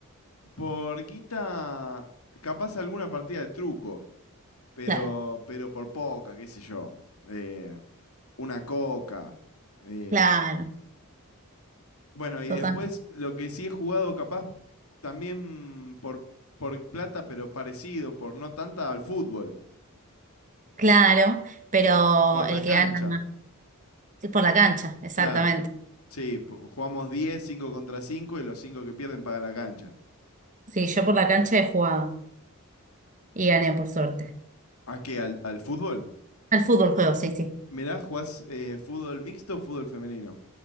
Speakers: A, on the left; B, on the right.
A: Por guita, capaz alguna partida de truco, pero,
B: Claro.
A: pero por poca, qué sé yo. Eh, una coca. eh,
B: Claro,
A: bueno, y
B: total,
A: después lo que sí he jugado capaz también por, por plata, pero parecido, por no tanta al fútbol,
B: claro, pero
A: por la
B: el
A: cancha,
B: que gana es por la cancha, exactamente.
A: claro. Sí, po- jugamos diez 5 contra cinco y los 5 que pierden pagan la cancha.
B: Sí, yo por la cancha he jugado y gané por suerte.
A: ¿A qué? ¿Al, al fútbol?
B: Al fútbol juego, sí, sí.
A: Mirá, ¿jugás eh, fútbol mixto o fútbol femenino?